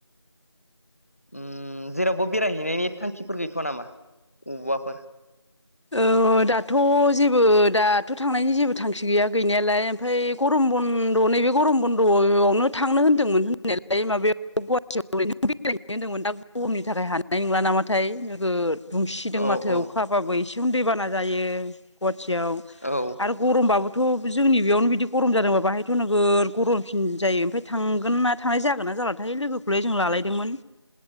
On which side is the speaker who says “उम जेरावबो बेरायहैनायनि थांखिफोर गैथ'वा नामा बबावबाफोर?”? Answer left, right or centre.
Left